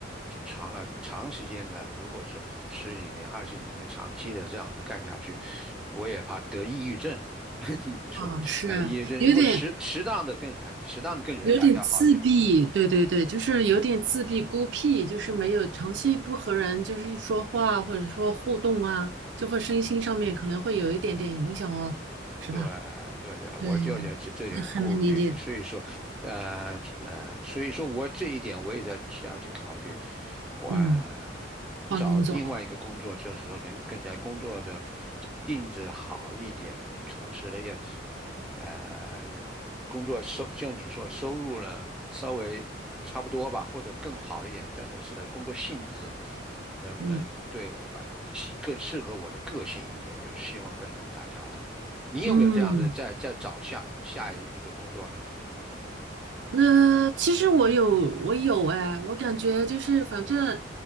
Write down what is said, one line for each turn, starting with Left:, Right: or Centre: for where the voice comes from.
Centre: 长了长时间的，如果是十几年、二十几年长期的这样子干下去，我也怕得抑郁症。<laughs> 你说，
Right: 啊是有点
Centre: 呃，抑郁症如果适适当的跟，呃，适当的跟人打交道好一点。
Right: 有点自闭，对对对，就是有点自闭孤僻，就是没有长期不和人就是说话或者说互动啊，就会身心上面可能会有一点点影响哦，是吧？
Centre: 对对对，
Right: 对，
Centre: 我就有这这点顾虑，
Right: 我很能理解。
Centre: 所以说，呃呃，所以说我这一点我也在下去考虑，换找另外一个工作，
Right: 嗯，换工作，
Centre: 就是说能更加工作的性质好一点，同时呢也，呃，能工作收像你说收入呢稍微差不多吧，或者更好一点，但是呢工作性质能不能对我
Right: 嗯
Centre: 更适合我的个性一点，就是希望跟人打交道。你有没有这样的在在找下下一个工作呢？
Right: 嗯。呃，其实我有，我有哎，我感觉就是反正，